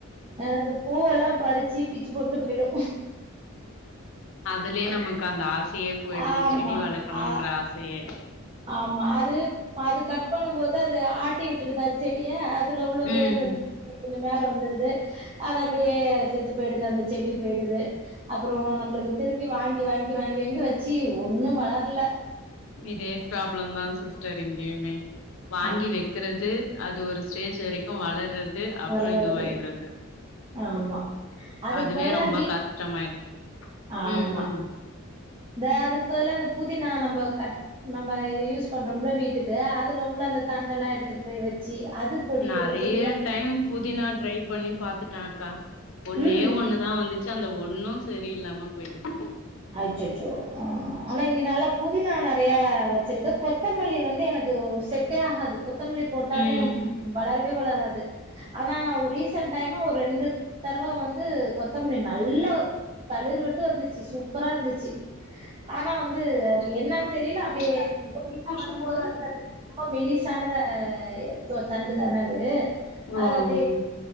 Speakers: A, on the right; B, on the left.
A: எனக்கு பூவெல்லா பறிச்சு பிச்சு போட்டு போயிடு
B: அதுலயே நமக்கு அந்த ஆசயே போயிடுது
A: ஆமா
B: செடி வளர்க்கணும்ன்ற
A: ஆ
B: ஆசயே
A: ஆமா அது அது கட் பண்ணு போது அது ஆட்டி விட்டுருதா செடிய அ அதுல உள்ள வேர்
B: ம்
A: வந்து கொஞ்ச மேல வந்துடுது அது அப்டியே செத்து போயிடுது அந்த செடி போயிடுது அப்பற நம்மளுக்கு திருப்பி வாங்கி வாங்கி வாங்கி வாங்கி வச்சு ஒண்ணு வளரலல்ல
B: இதே ப்ராப்ளம் தா சிஸ்டர் இங்கயுமே வாங்கி
A: ஆ
B: வைக்கிறது அது ஒரு ஸ்டேஜ் வரைக்கும் வளர்றது அப்பற
A: வளருது
B: இதுவாயிறது
A: ஆமா அதுக்கு
B: அதுவே
A: பதிலா
B: ரொம்ப
A: வீட்
B: கஷ்டமாயுடு
A: ஆமா
B: ம்ம்
A: இந்த அதுக்கு பதில்லாம் இந்த புதினா நம்ம கட் நம்பயூஸ் பண்றோல வீட்டுக்கு அதுல உள்ள அந்த தண்ட எல்லா எடுத்துட்டு போய் வச்சு அது கொடி
B: நெறைய
A: கொ கொடியா
B: டைம் புதினா ட்ரை பண்ணி பாத்துட்டா அக்கா ஒன்னே
A: ம்
B: ஒண்ணுதா வந்துச்சு அந்த ஒண்ணும் சரில்லாம போயிட்டு
A: அச்சோச்சோ ஆனா இங்க நல்லா புதினா நெறைய வச்சிருக்க கொத்தமல்லி வந்து எனக்கு செட்டே ஆகாது கொத்தமல்லி போட்டாலே
B: ம்
A: வளரவே வளராது ஆனா ஒரு ரீசன்ட் டைமா ஒரு ரெண்டு தடவ வந்து கொத்தமல்லி நல்லா தளிர் விட்டு வந்துச்சு சூப்பரா இருந்துச்சு ஆனா வந்து அது என்னன்
B: மம்மி
A: தெரியல
B: மீன்
A: அப்டியே
B: போடாதீங்க
A: கொழுந்தா
B: ஃபிஷ்
A: வரம்போது
B: போடாதீங்க
A: அது ரொம்ப மெலிசான த தண்டு தான அது
B: ஓ
A: அது அப்டியே
B: ம்